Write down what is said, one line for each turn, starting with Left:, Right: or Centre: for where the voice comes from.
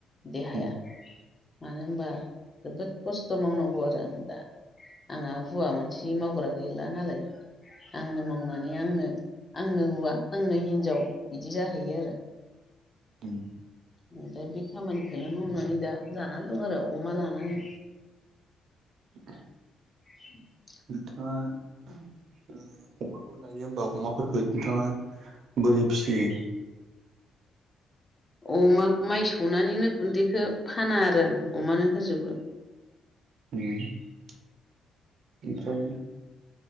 Left: देहाया।
Right: उम
Left: मानो होनबा जोबोद खस्थ' मावनांगौ आरो आं दा। आंहा हौवा मानसि मावग्रा गैला नालाय। आंनो मावनानै आंनो आंनो हौवा। आंनो हिनजाव बिदि जाहैयो आरो
Right: उम
Left: ओ दा बे खामानिखौ। बेखौनो मावनानै दा जानानै दं आरो अमा लानानै
Right: <inaudible>
Left: <inaudible>
Right: नोंथाङा अमाबो लायो होमबा अमाफोरखौ नोंथाङा। बोरै फिसियो?
Left: अमा माइ सौनानैनो गुन्दैखौ फाना आरो आं अमानो। होजोबो
Right: ओमफ्राय